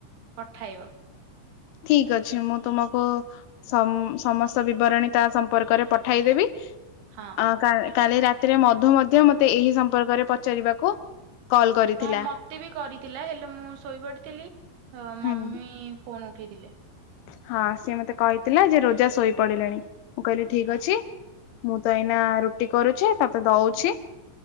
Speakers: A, on the right; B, on the left.
A: ପଠାଇବ।
B: ଠିକ ଅଛି ମୁଁ ତୁମକୁ ସମ ସମସ୍ତ ବିବରଣୀ ତା ସମ୍ପର୍କରେ ପଠାଇଦେବି।
A: ହଁ
B: ଆଁ କା କାଲି ରାତିରେ ମଧୁ ମଧ୍ୟ ମତେ ଏହି ସମ୍ପର୍କରେ ପଚାରିବାକୁ କଲ୍ କରିଥିଲା
A: ହଁ ମତେ ବି କରିଥିଲା ହେଲେ ମୁଁ ଶୋଇପଡିଥିଲି
B: ହୁଁ
A: ମମି ଫୋନ ଉଠେଇ ଦିଲେ।
B: ହଁ ସିଏ ମତେ କହିଥିଲା ଯେ ରୋଜା ଶୋଇ ପଡିଲେଣି ମୁଁ କହିଲି ଠିକ
A: ହଁ
B: ଅଛି ମୁଁ ତ ଏଇନା ରୁଟି କରୁଛି ତତେ ଦଉଛି